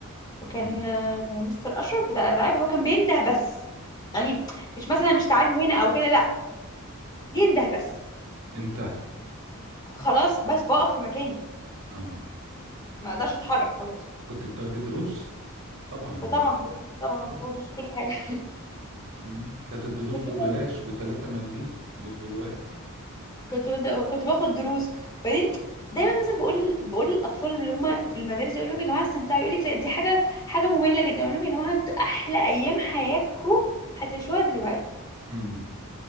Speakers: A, on the left; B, on the right.
A: وكان
B: مم.
A: آه، مستر اشرف بتاع الالعاب هو كان بينده بس يعني مش مثلا مش تعالي هنا او كده لا ينده بس
B: انتهى
A: خلاص بس بقف في مكاني
B: اه
A: ما اقدرش اتحرك خلاص
B: وكنت بتاخدي دروس طبعا
A: فطبعا
B: يعني
A: طبعا
B: طبعا
A: كنت باخد دروس في كل حاجه
B: مم. كانت الدروس
A: <laughs> كنت
B: ببلاش
A: باخد
B: ب 3 مليم غير دلوقتي
A: كنت باخد كنت باخد دروس وبعدين دايما مثلا بقول بقول للاطفال اللي هم في المدارس اقول لهم يا جماعه استمتعوا يقول لك لا دي حاجه حاجه ممله جدا اقول لهم يا جماعه انتوا احلى ايام حياتكم هتعيشوها دلوقتي
B: امم